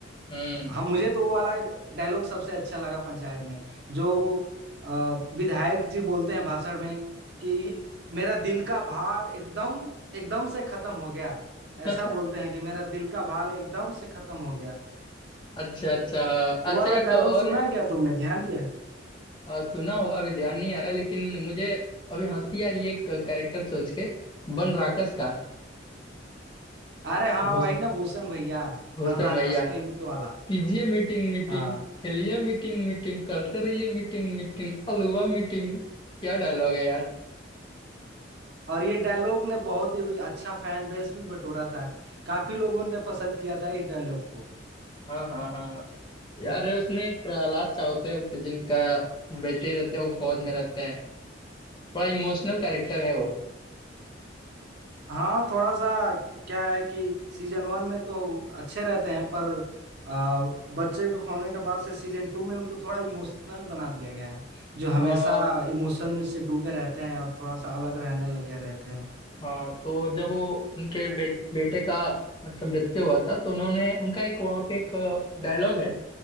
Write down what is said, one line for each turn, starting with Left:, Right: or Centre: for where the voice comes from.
Left: हम्म
Right: हाँ मुझे तो वो वाला डायलॉग सबसे अच्छा लगा पंचायत में जो अ, विधायक जी बोलते हैं भाषण में कि मेरा दिल का भार एकदम एकदम से खत्म हो गया ऐसा
Left: <laughs>
Right: बोलते हैं कि मेरा दिल का भार एकदम से खत्म हो गया
Left: अच्छा अच्छा
Right: वो
Left: अच्छा
Right: वाला
Left: एक
Right: डायलॉग
Left: और
Right: सुना है क्या तुमने ध्यान दिया है?
Left: अ, सुना होगा अभी ध्यान नहीं आ रहा लेकिन मुझे अभी हंसी आ रही है एक कैरेक्टर सोच के बन राकस का
Right: अरे हाँ
Left: भूस-
Right: वही ना भूषण भैया
Left: भूषण
Right: बनराकस
Left: भैया
Right: टेंट वाला
Left: कीजिए मीटिंग मीटिंग
Right: हाँ
Left: खेलिए मीटिंग मीटिंग करते रहिए मीटिंग मीटिंग अलवा मीटिंग क्या डायलॉग है यार
Right: और ये डायलॉग ने बहुत ही अच्छा फैन बेस भी बटोरा था काफी लोगों ने पसंद किया था इस डायलॉग को
Left: हाँ हाँ हाँ यार उसमें एक प्रहलाद सा होते हैं जिनका बेटे रहते हैं वो फौज में रहते हैं बड़ा इमोशनल कैरेक्टर है वो
Right: हाँ थोड़ा सा क्या है कि सीजन वन में तो अच्छे रहते हैं पर आ, बच्चे के खोने के बाद से सीजन टू में उनको थोड़ा इमोशनल बना दिया गया है जो हमेशा
Left: हाँ
Right: इमोशन में से डूबे रहते हैं और थोड़ा सा अलग रहने लग गए रहते हैं
Left: हाँ तो जब वो उनके बे, बेटे का मतलब मृत्यु हुआ था तो उन्होंने उनका एक वहां पे एक डायलॉग है